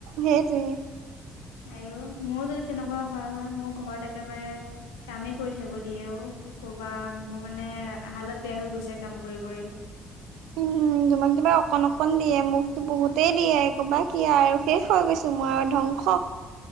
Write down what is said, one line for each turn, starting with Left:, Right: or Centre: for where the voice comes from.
Right: সেইটোৱে।
Left: আয়ো মোৰ যদি তেনেকুৱা হোৱা হয় মোৰ ঘৰত একেবাৰে কামেই কৰি থাকিব দিয়ে অ। কি কবা মোৰ মানে হালত বেয়া হৈ গৈছে কাম কৰি কৰি
Right: উম। তোমাক কিবা অকণ অকণ দিয়ে মোকতো বহুতেই দিয়ে ক'ৰবা কিিয় আৰু শেষ হৈ গৈছো মই আৰু ধংস। খ